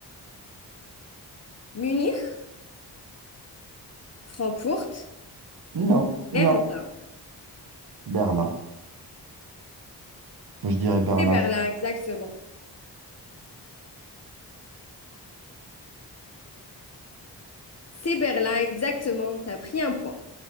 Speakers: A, on the left; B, on the right.
A: Munich, Francfort,
B: Non,
A: Berlin.
B: non. Berlin. Je dirais Berlin.
A: C'est Berlin, exactement. C'est Berlin, exactement. T'as pris un point.